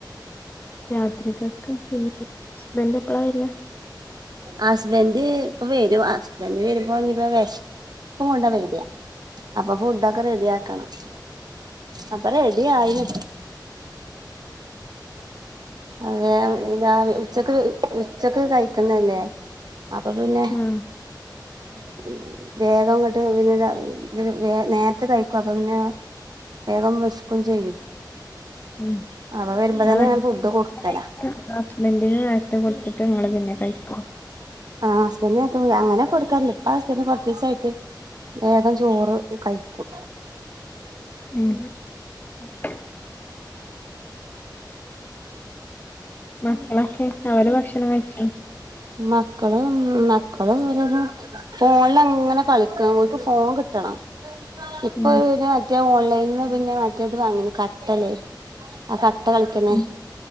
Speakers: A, on the left; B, on the right.
A: രാത്കൊക്ക്െ പിന്ന ഹസ്ബന്റ് എപ്പളാ വരിയാ <inaudible>
B: ഹസ്ബന്ഡ് ഇപ്പ വരും ഹസ്ബന്ഡ് വരുമ്പോപ്പോ വിഷ- <unintelligible> പൂ <inaudible> ണ്ട വൈര്യാ അപ്പൊ ഫുഡ ഒക്കെ റെഡി ആക്കണം അപ്പൊ റെഡി ആയി- അതെ ഉച്ചക്ക് ഉച്ചക്ക് കഴിക്കുന്നല്ലേ അപ്പോപ്പിന്നെ-
A: ആഹ്
B: ഉം <inaudible> <unintelligible> ഉ വേഗംങ്ങട്ട് പിന്നെ- ഇ വേ നേരത്തെ കഴിക്കും അപ്പൊ പിന്നെ വേഗം വേശക്കുകയും ചെയ്യും
A: ഉ
B: അപ്പ വരുമ്പോ തന്നെ
A: അവ
B: ഞാൻ ഫുഡ്
A: <unintelligible>
B: കൊടുത്തലാ
A: ഹസ്ബൻഡിന് നേരത്തെ കൊടുത്തിട്ട് നിങ്ങള് പിന്നെ കഴ ആ <inaudible>
B: ആഹ്്പ അങ്ങനെ കൊടുക്കാറില്ല ഇപ്പസ്പി <unintelligible> എസായിട്ട്- വേഗം ചോറ്- കൈക്കകും
A: ഉം <unintelligible> മക്കളൊക്കെ അവര് ഭക്ഷണം കഴിച്ചു
B: മക്കള് മക്കള് ര- ഫോണിൽ അങ്ങനെ കളിക്കക്ക് ഫോൺ കിട്ടണം ഇപ്പൊ
A: ഉം
B: മറ്റേ ഓൺലൈനിന്ന് പിന്നെ- വാങ്ങ <unintelligible> കട്ടല്ലേ ആ കട്ട കളിക്കുന്ന
A: ഉം